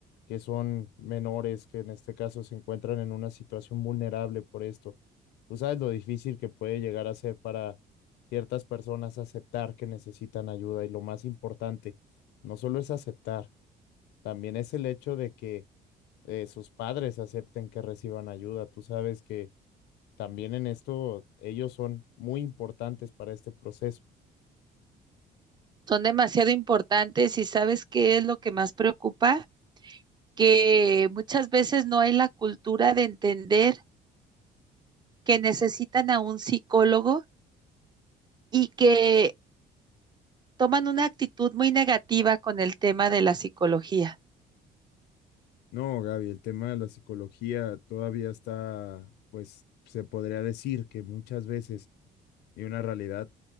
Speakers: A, on the left; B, on the right.
A: que son menores, que en este caso se encuentran en una situación vulnerable por esto, tú sabes lo difícil que puede llegar a ser para ciertas personas aceptar que necesitan ayuda y lo más importante, no solo es aceptar, también es el hecho de que eh, sus padres acepten que reciban ayuda. Tú sabes que también en esto ellos son muy importantes para este proceso.
B: son demasiado importantes y sabes qué es lo que más preocupa, que muchas veces no hay la cultura de entender que necesitan a un psicólogo y que toman una actitud muy negativa con el tema de la psicología.
A: No, Gaby, el tema de la psicología todavía está, pues se podría decir que muchas veces, y una realidad